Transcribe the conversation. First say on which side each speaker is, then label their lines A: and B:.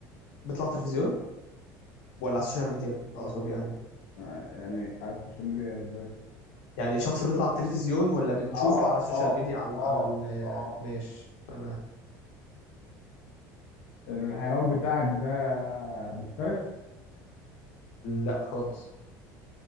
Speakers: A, on the left; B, on the left.
A: بيطلع تلفزيون ولا على السوشيال ميديا اقصد يعني
B: آه، يعني على السوشيال ميديا ازاي؟
A: يعني شخص بيطلع على التلفزيون ولا بنشوفه
B: اه
A: على السوشيال
B: اه
A: ميديا على
B: اه
A: على ال-
B: اه
A: ماشي تمام
B: الحيوان بتاعك ده مفترس؟
A: لا خالص